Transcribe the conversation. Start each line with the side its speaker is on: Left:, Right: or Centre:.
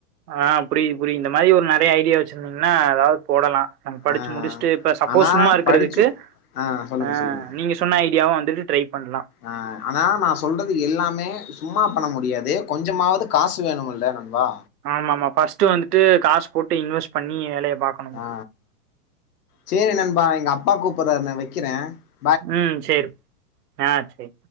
Right: அ புரியுது புரியுது இந்த மாதிரி ஒரு நெறைய ஐடியா வச்சுருந்தீங்கன்னா ஏதாவது போடலாம் நம்ம படிச்சு
Left: ஆ
Right: முடிச்சுட்டு இப்ப சப்போஸ்
Left: ஆனா
Right: சும்மா இருக்கிறதுக்கு
Left: படிச்சு ஆ சொல்லுங்க
Right: அ
Left: சொல்லுங்க
Right: நீங்க சொன்ன ஐடியாவும் வந்துட்டு ட்ரை பண்ணலாம்
Left: அ ஆனா நான் சொல்றது எல்லாமே சும்மா பண்ண முடியாது கொஞ்சமாவது காசு வேணுமில்லா நண்பா
Right: ஆமா ஆமா ஃப்ஸ்ட்டு வந்துட்டு காசு போட்டு இன்வெஸ்ட் பண்ணி வேலைய பாக்
Left: ஆ சேரி நண்பா எங்க அப்பா கூப்பறாரு நா வெக்கிறேன்
Right: ம் செரி அ செரி